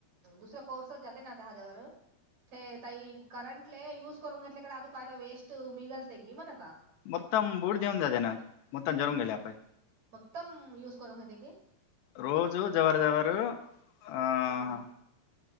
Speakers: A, on the right (about 40°); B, on the left (about 80°).
A: दुसऱ्या कोर्स जाते ना आ हज्यावर. ते तई करंटले युज करून घेतल्याकडे अजू काय तर वेस्ट निघलते की मण आता
B: मतम बूट देेऊन जाते ना? मत्तम जरून
A: मग-
B: गेले आपण.
A: मक्तम यूस करू त्या क?
B: रोज जवर जवर अ-
A: हा